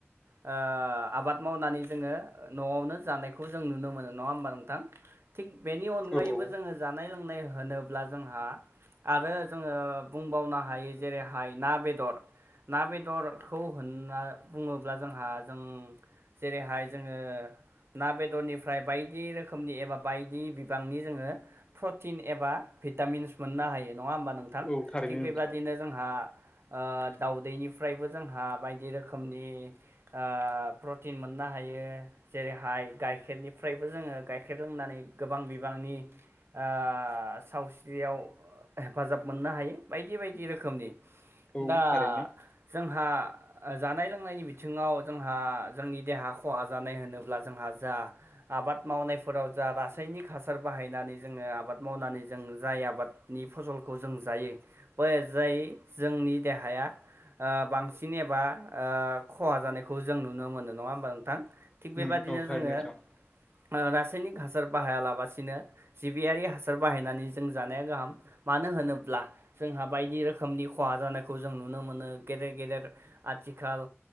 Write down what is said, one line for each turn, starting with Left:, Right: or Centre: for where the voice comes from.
Right: ओ आबाद मावनानै जोंङो न'आवनो जानायखौ जों नुनो मोनो नङा होमबा नोंथां थिग बेनि अनगायैबो
Left: औ औ
Right: जोंङो जानाय लोंनाय होनोब्ला जोंहा आरो जोंङो बुंबावनो हायो जेरैहाय ना बेदर ना बेदरखौ होनना बुंङोब्ला जोंहा जों जेरैहाय जोंङो ना बेदरनिफ्राय बायदि रोखोमनि एबा बायदि बिबांनि जोंङो प्रटिन एबा भिटामिन्स मोननो हायो नङा होमबा नोंथां
Left: औ थारैनो
Right: थिग बेबादिनो
Left: नोंथां
Right: जोंहा ओ दाउदैनिफ्रायबो जोंहा बायदि रोखोमनि ओ प्रटिन मोननो हायो जेरैहाय गाइखेरनिफ्रायबो जोंङो गाइखेर लोंनानै गोबां बिबांनि ओ सावस्रियाव हेफाजाब मोननो हायो बायदि बायदि रोखोमनि
Left: औ
Right: दा
Left: थारैनो
Right: जोंहा जानाय लोंनायनि बिथिङाव जोंहा जोंनि देहा खहा जानाय होनोब्ला जोंहा जा आबाद मावनायफोराव जा रासायनिक हासार बाहायनानै जोंङो आबाद मावनानै जों जाय आबादनि फसल खौ जों जायो बे जाय जोंनि देहाया ओ बांसिन एबा ओ खहा जानायखौ जों नुनो मोनो नङा होमबा नोंथां थिग बेबादिनो
Left: नों औ थारैनो
Right: जोंङो
Left: नोंथां
Right: रासा यनिक हासार बाहायालासिनो जिबियारि हासार बाहायनानै जों जानाया गाहाम मानो होनोब्ला जोंहा बायदि रोखोमनि खहा जानायखौ जों नुनो मोनो गेदेर गेदेर आ थिखाल